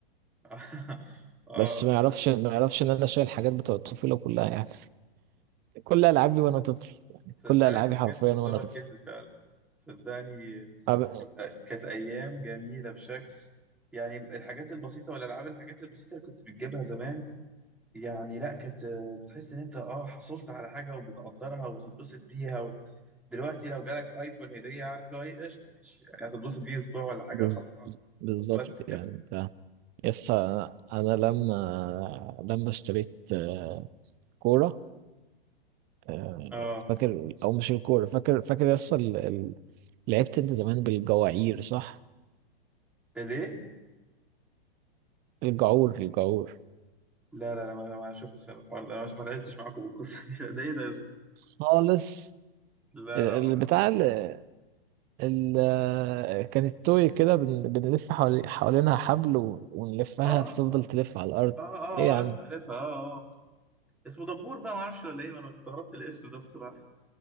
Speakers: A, in the centre; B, on the right.
A: <laughs> آه
B: بس ما يعرفش
A: لا
B: ما يعرفش إن أنا شايل حاجات بتوع الطفولة كلها يعني كل ألعابي وأنا
A: صد-
B: طفل يعني
A: صدقني
B: كل ألعابي
A: الحاجات
B: حرفيا
A: دي تعتبر
B: وأنا طفل
A: كنز فعلا صدقني
B: أب-
A: كانت كانت أيام جميلة بشكل يعني الحاجات البسيطة والألعاب الحاجات البسيطة اللي كنت بتجيبها زمان يعني لا كانت آه، بتحس إن أنت آه حصلت على حاجة وبتقدرها وبتتبسط بيها دلوقتي لو جالك ايفون هديه عارف لو ايه قشطه ماشي يعني هتتبسط بيه اسبوع ولا حاجه
B: بز-
A: خلصان
B: بالظبط
A: بس كده
B: يعني أنت يس أنا أنا لما لما اشتريت آه، كورة آه،
A: اه
B: فاكر او مش الكوره فاكر فاكر يس ال- ال- لعبت انت زمان بالجواعير صح
A: ليه
B: الجعور الجعور
A: لا لا لا ما, ما شفتش انا الحوار ده انا مش- ما لعبتش معاكم بالقصه دي <laughs> ده ايه ده يا اسطى
B: خالص
A: لا
B: آه،
A: لا ما
B: البتاع
A: جربت
B: ال- ال- آه، كانت توي كده بن- بنلف حوالي حوالينها حبل و- ونلفها
A: اه
B: فتفضل
A: اه
B: تلف على الارض
A: اه
B: ايه يا
A: اه
B: عم
A: يا اسطى عارفها اه اه آه. اسمه دبور بقى ما اعرفش ولا ايه انا استغربت الاسم ده بصراحه